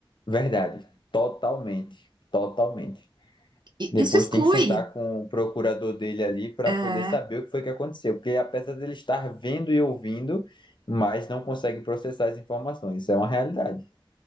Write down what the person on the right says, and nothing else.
E
isso exclui.
é,